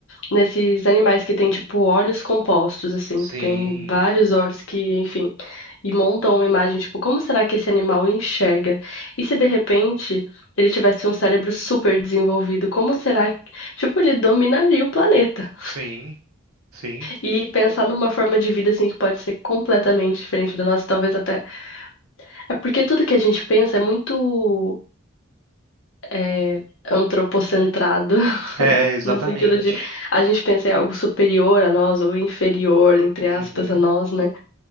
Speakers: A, on the left (about 65°); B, on the right (about 85°).
A: nesses animais que tem, tipo, olhos compostos, assim,
B: Sim,
A: que tem vários olhos que, enfim, e montam uma imagem, tipo, como será que esse animal enxerga? E se de repente ele tivesse um cérebro super desenvolvido, como será que, tipo, ele dominaria o planeta?
B: sim, sim.
A: E pensar numa forma de vida, assim, que pode ser completamente diferente da nossa, talvez até. É porque tudo que a gente pensa é muito. é, antropocentrado.
B: É, exatamente.
A: No sentido de a gente pensa em algo superior a nós ou inferior, entre
B: Uhum.
A: aspas, a nós, né?